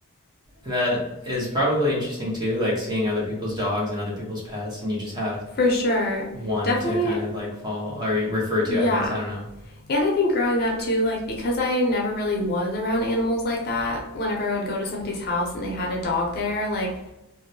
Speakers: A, on the right; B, on the left.
A: that is probably interesting too, like seeing other people's dogs and other people's pets, and you just have
B: For sure.
A: one
B: Definitely,
A: to kind of like fall or refer to,
B: yeah.
A: I guess. I don't know.
B: And I think growing up too, like because I never really was around animals like that, whenever I would go to somebody's house and they had a dog there, like